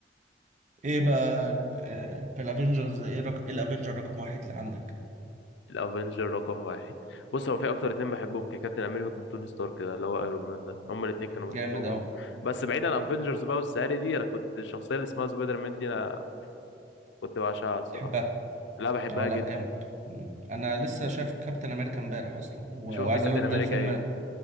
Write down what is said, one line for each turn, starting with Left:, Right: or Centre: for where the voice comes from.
Right: ايه بقى ال- آه، في الافنجرز ايه رق... إيه الافنجر رقم واحد اللي عندك
Left: الافنجر رقم واحد بص هو في اكتر اتنين بحبهم ككابتن امريكا كان توني ستارك كده اللي هو ايرون مان ده هما الاتنين كانوا بحبهم
Right: جامد
Left: قوي
Right: اوي
Left: بس بعيدا عن افنجرز بقى والسهري دي انا كنت الشخصيه اللي اسمها سبايدر مان دي انا كنت بعشقها الصراحه
Right: تحبها
Left: لا بحبها
Right: اه لا
Left: جدا
Right: جامد مم. انا لسه شايف كابتن امريكا امبارح اصلا و...
Left: شفت
Right: وعايز
Left: كابتن
Right: اقول لك
Left: امريكا
Right: ده الفيلم
Left: ايه